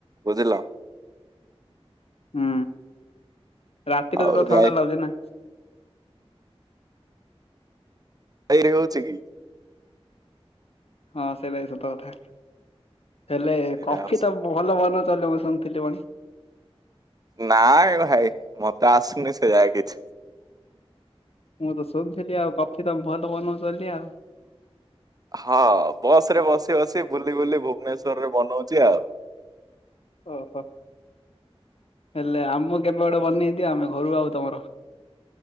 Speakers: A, on the right; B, on the left.
A: ବୁଝିଲ।
B: ହୁଁ। ରାତିରେ
A: ଆଉ
B: ତ ତ
A: ଯାଇ
B: ଥଣ୍ଡା ଲାଗୁଛି ନା।
A: ଯାଇ ହଉଛି କି?
B: ହଁ ସେଇ ଭାଇ ସତ କଥା। ହେଲେ
A: ସେଇଟା
B: କଫି
A: ଆସ-
B: ତ ଭଲ ବନ କଲେବସନ ଥିଲିବାଣି।
A: ନାଇଁ ଭାଇ ମତେ ଆସୁନି ସେ ଯାଏ କିଛି
B: ମୁଁ ତ ଶୁଣିଥିଲି ଆଉ କଫି ତମେ ଭଲ ବନଉଚ୍ ବୋଲି ଆଉ।
A: ହଁ ବସ ରେ ବସି ବସି ବୁଲି ବୁଲି ଭୁବନେଶ୍ଵର ସ୍ଵରରେ ବନଉଛି ଆଉ।
B: ଓହୋ ହେଲେ ଆମକୁ କେବେ ଗୋଟେ ବନେଇ ଦିଅ ଆମେ ଘରୁ ଆଉ ତମର